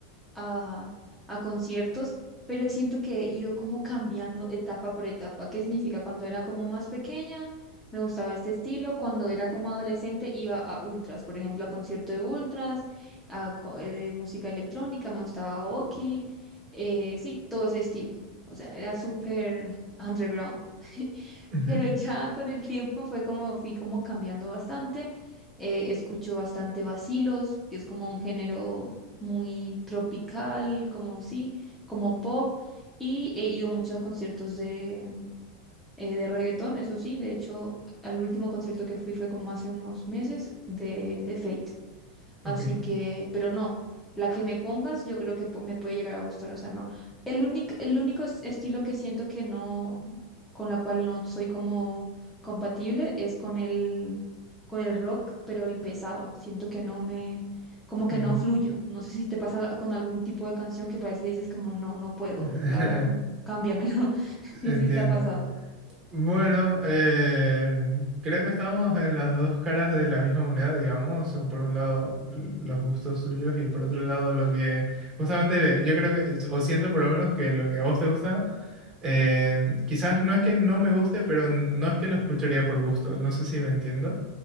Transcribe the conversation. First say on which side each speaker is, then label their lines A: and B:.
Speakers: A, in the centre; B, on the right.
A: a, a conciertos, pero siento que he ido como cambiando etapa por etapa. ¿Qué significa? Cuando era como más pequeña, me gustaba este estilo. Cuando era como adolescente, iba a ultras, por ejemplo, a concierto de ultras, a co- eh, música electrónica, me gustaba Oki, eh, sí, todo ese estilo. O sea, era súper underground. <laughs>
B: Ujú,
A: Pero ya con el tiempo fue como, fui como cambiando bastante. eh, escucho bastante vacilos, que es como un género muy tropical, como sí, como pop. Y he ido mucho a conciertos de, eh, de reggaetón, eso sí. De hecho, al último concierto que fui fue como hace unos meses de, de Fate.
B: Ok.
A: Así que, pero no, la que me pongas yo creo que pu- me puede llegar a gustar, o sea, no. El único, el único es- estilo que siento que no, con la cual no soy como compatible es con el, con el rock, pero el pesado. Siento que no me, como que
B: Ujú.
A: no fluyo. No sé si te pasa con algún tipo de canción que parece dices como, no, no puedo,
B: <laughs>
A: n- la verdad, n- cámbiamelo. <laughs> No
B: Entiendo.
A: sé si te ha pasado.
B: Bueno, eh, creo que estamos en las dos caras de la misma moneda, digamos, o por un lado l- los gustos suyos y por otro lado lo que justamente yo creo que, o siento por lo menos que lo que a vos te gusta, eh, quizás no es que no me guste, pero no es que lo escucharía por gusto, no sé si me entiendo.